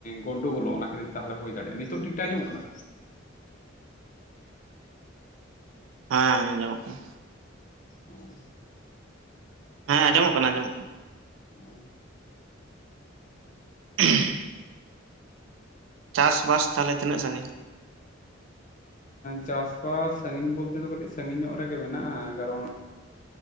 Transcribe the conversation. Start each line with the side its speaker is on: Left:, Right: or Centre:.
Left: ᱜᱚᱱᱰᱚ ᱜᱚᱞᱚᱜ ᱚᱱᱟ ᱠᱷᱟᱹᱛᱤᱨ ᱛᱮ ᱛᱟᱦᱮᱞᱮ ᱦᱩᱭ ᱫᱟᱲᱮᱭᱟᱜ ᱱᱤᱛᱚᱜ ᱴᱷᱤᱠ ᱴᱷᱟ ᱟᱡᱚᱢ ᱚᱜ ᱠᱟᱱᱟ
Right: ᱦᱮᱸ ᱦᱮᱸ ᱟᱡᱚᱢᱚᱜ ᱠᱟᱱᱟ
Left: ᱦᱮᱸ
Right: ᱦᱮᱸᱟᱡᱚᱢᱚᱜ ᱠᱟᱱᱟ ᱟᱸᱚᱢᱚᱜ ᱠᱟᱱᱟ
Left: ᱚᱸ
Right: <unintelligible> ᱪᱟᱥ ᱵᱟᱥ ᱛᱟᱦᱚᱞᱮ ᱛᱤᱱᱟᱹᱜ ᱥᱟᱺᱜᱤᱧ
Left: ᱪᱟᱥ ᱵᱟᱥ ᱥᱟᱺᱜᱤᱧ ᱵᱚᱞᱛᱮ ᱫᱚ ᱠᱟᱹᱴᱤᱡ ᱥᱟᱺᱜᱤᱧ ᱧᱚᱜ ᱨᱮᱜᱮ ᱢᱮᱱᱟᱜᱼᱟ ᱠᱟᱨᱚᱱ